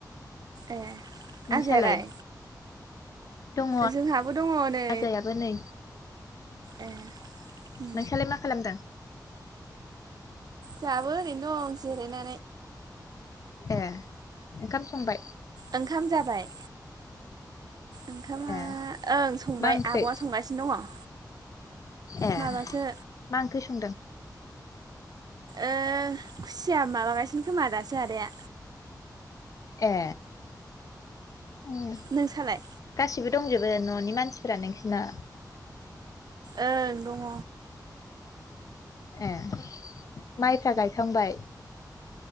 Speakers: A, on the right; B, on the left.
A: ए
B: नोंसालाय।
A: आजायालाय
B: दङ
A: जोंहाबो दङ नै ओरैनो
B: राजायाबो नै
A: ए उम
B: नोंसालाय मा खालामदों?
A: जाबो ओरैनो दं जिरायना
B: ए ओंखाम संबाय?
A: ओंखाम जाबाय? ओंखामा
B: ए
A: ओं संबाय
B: मा ओंख्रि
A: आब'आ संगासिनो दङ।
B: ए
A: माबासो
B: मा ओंख्रि सं
A: ओ खुसिया माबागासिनो खोमा दासो आदाया।
B: ए उम
A: नों सालाय?
B: गासिबो दंजोबो न'नि मानसिफोरा नोंसोरना।
A: ओं दङ।
B: ए माइफ्रा गायखांबाय।